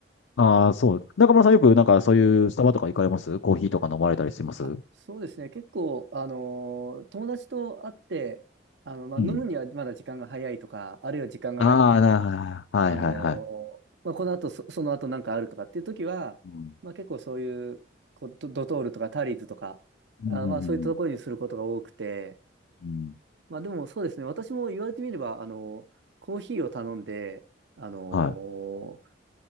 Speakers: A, on the left (about 80°); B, on the right (about 70°).
A: ああ、そう。中村さんよくなんかそういうスタバとか行かれますコーヒーとか飲まれたりします
B: あ、そうですね。結構、あのー友達と会って、あの、まあ、
A: うん。
B: 飲むにはまだ時間が早いとか、あるいは時間がないとか、
A: ああ、なはいはいはい。
B: あのーまあ、この後そ、その後なんかあるとかっていう時は、
A: うん。
B: まあ、結構そういう、こう、ドドトールとかタリーズとか、
A: うん、
B: あ、
A: う
B: まあ、そういったところにすることが多くて、
A: ん、うん。うん
B: まあ、でもそうですね。私も言われてみれば、あのコーヒーを頼んで、あのー
A: はい。